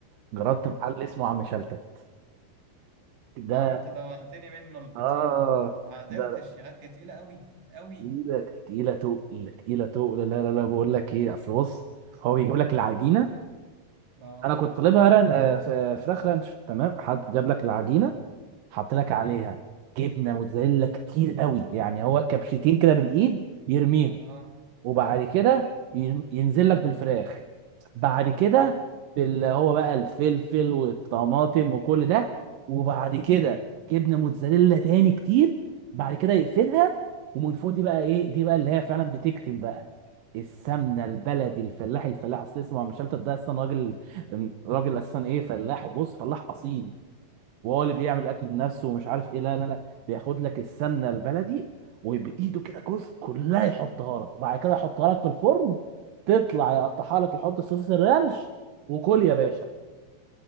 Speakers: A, on the right; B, on the right.
A: جربت
B: مم.
A: محل اسمه عم شلتت ده
B: اه ما انت دوقتني منه الفطير
A: اه
B: ما قدرتش
A: ده
B: يا اخي تقيله قوي قوي
A: تقيلة تقيلة تقل تقيلة تقل لا لا لا بقول لك ايه اصل بص هو بيجيب لك العجينة
B: اه
A: انا كنت طالبها ران... آه، ف- فراخ رانش تمام حد جاب لك العجينة حط لك
B: مم.
A: عليها جبنة موتزاريلا كتير قوي يعني هو كبشتين كده بالايد بيرميهم
B: اه
A: وبعد كده ين- ينزل لك بالفراخ بعد كده بال- هو بقى الفلفل والطماطم وكل ده وبعد كده جبنه موتزاريلا تاني كتير بعد كده يقفلها ومن فوق دي بقى ايه دي بقى اللي هي فعلا بتكتم بقى السمنه البلدي الفلاح الفلاح اصل اسمه مش ده اصلا راجل راجل اساسا ايه فلاح وبص فلاح اصيل وهو
B: اه
A: اللي بيعمل اكل بنفسه ومش عارف ايه لا لا لا بياخد لك السمنه البلدي وبايده كده جزء كلها يحطها لك وبعد كده يحطها لك في الفرن تطلع يقطعها لك يحط صوص الرانش وكل يا باشا